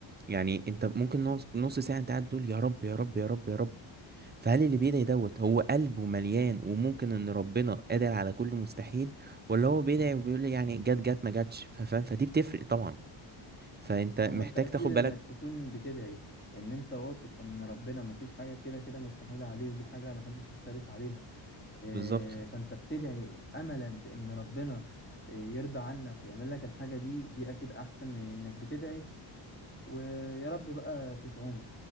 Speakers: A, on the right; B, on the left.
A: يعني انت ممكن نص نص ساعة انت قاعد بتقول يا رب يا رب يا رب يا رب فهل اللي بيدعي دوت هو قلبه مليان وممكن ان ربنا قادر على كل مستحيل ولا هو بيدعي وبيقول يعني جت جت ما جاتش ف- فاهم فدي بتفرق طبعا فانت محتاج
B: هو أنت أكيد
A: تاخد
B: إنك
A: بالك
B: تكون بتدعي إن أنت واثق إن ربنا مفيش حاجة كده كده مستحيلة عليه ودي حاجة محدش يختلف عليها آه،
A: بالظبط
B: فانت بتدعي املا في ان ربنا آه، يرضى عنك ويعمل لك الحاجة دي دي اكيد احسن من انك بتدعي ويا رب بقى تتعمل